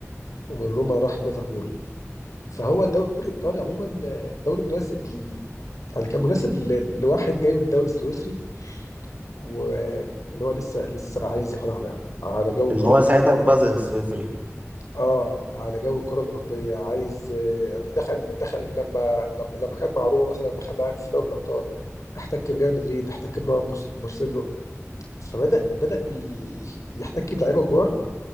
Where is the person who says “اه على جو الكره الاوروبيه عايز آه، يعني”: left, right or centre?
Left